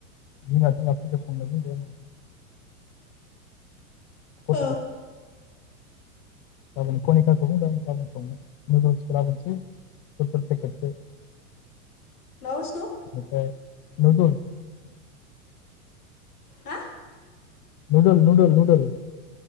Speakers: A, on the left; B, on the left.
A: बिमा बिमा <inaudible> फथ
B: हो
A: <inaudible> गाबोन कनिकाखौबो बुंदों गाबोन सबनिया <unintelligible> <inaudible>
B: मा बुस्थु
A: ओमफ्राय <unintelligible>
B: हा
A: नुडोल नुडोल नुडोल